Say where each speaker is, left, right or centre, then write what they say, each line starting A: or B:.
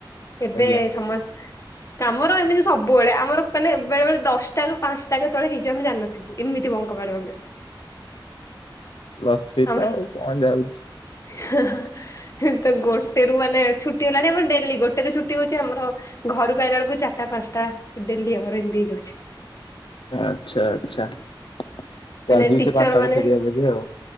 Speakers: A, on the left; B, on the left.
A: ଏବେ
B: ଆଜ୍ଞା
A: ସମସ୍ତ ଆମର ଏମିତି ସବୁବେଳେ ଆମର ମାନେ ବେଳେ ବେଳେ ଦଶଟାରୁ ପାଞ୍ଚଟା ତଳେ ହେଇଚି ଆମେ ଜାଣିନଥିଲିବୁ। ଏମିତି ବଙ୍କପାରୁ ଆବେ
B: ପ୍ଲସ୍ ଥ୍ରୀଟା
A: ଆମର
B: ଆଉ କଣ ଯାଉଚି?
A: <unintelligible> ତ ଗୋଟେ ରୁ ମାନେ ଛୁଟି ହେଲାଣି ଡେଲି ଗୋଟେରୁ ଛୁଟି ହଉଛି ଆମର ଘରୁକୁ ଆଇଲାବେଳକୁ ଚାରିଟା ପାଞ୍ଚଟା ଡେଲି ଆମର ଏମିତି ହେଇଯାଉଛି।
B: ଆଚ୍ଛା ଆଚ୍ଛା ତ
A: ମାନେ
B: ଆଜି
A: ଟିଚର
B: ସେ ପାଞ୍ଚଟା
A: ମାନେ
B: ବେଳେ ଛଡିବା ବୋଲି ବୋଲି ଆଉ